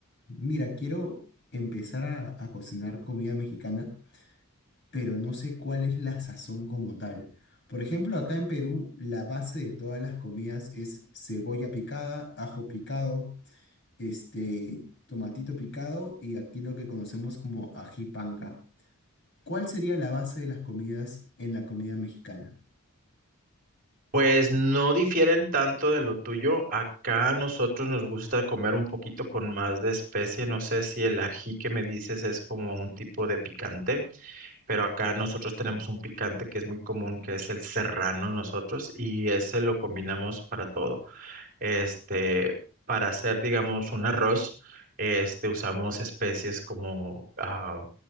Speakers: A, on the left; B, on the right.
A: Mira, quiero empezar a, a cocinar comida mexicana, pero no sé cuál es la sazón como tal. Por ejemplo, acá en Perú, la base de todas las comidas es cebolla picada, ajo picado, este, tomatito picado y aquí lo que conocemos como ají panca. ¿Cuál sería la base de las comidas en la comida mexicana?
B: Pues no difieren tanto de lo tuyo. Acá a nosotros nos gusta comer un poquito con más de especie. No sé si el ají que me dices es como un tipo de picante, pero acá nosotros tenemos un picante que es muy común, que es el serrano nosotros, y ese lo combinamos para todo. Este, para hacer, digamos, un arroz, este, usamos especies como ah,